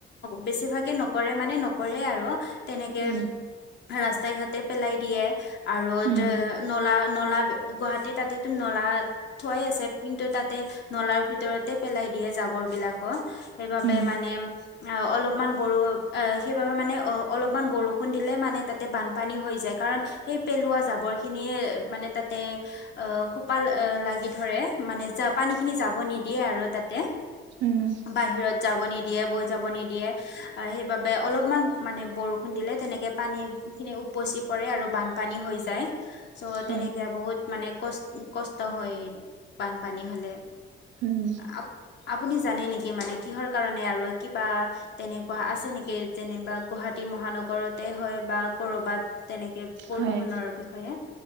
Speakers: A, on the left; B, on the right.
A: বেছিভাগে নকৰে মানে নকৰে আৰু তেনেকে
B: উম
A: ৰাস্তাই ঘাটে পেলাই দিয়ে আৰু
B: উম
A: নলা নলা গুৱাহাটী তাতেতো নলা থোৱাই আছে কিন্তু তাতে নলাৰ ভিতৰতে পেলাই দিয়ে জাবৰ বিলাকো সেইবাবে
B: উম
A: মানে অ অলপমান বৰ অ সেইবাবে মানে অ অলপমান বৰষুণ দিলে মানে তাতে বানপানী হৈ যায় কাৰণ সেই পেলোৱা জাবৰ খিনিয়ে মানে তাতে অ খোপা লাগি ধৰে। মানে য পানী খিনি যাব নিদিয়ে আৰু তাতে
B: উম
A: বাহিৰত যাব নিদিয়ে বৈ যাব নিদিয়ে সেইবাবে অলপমান মানে বৰষুণ দিলে তেনেকে পানী খিনি উপচি পৰে আৰু বানপানী হৈ যায় চ'
B: হয়
A: তেনেকে বহুত মানে কষ্ট কষ্ট হয় বানপানী হলে
B: উম
A: আপ আপুনি জানে নেকি মানে কিহৰ কাৰণে আৰু কিবা তেনেকুৱা আছে নেকি যেনেবা গুৱাহাটী মহানগৰতে হয় বা কৰবাত তেনেকে প্ৰদূষণৰ
B: হয়
A: বিষয়ে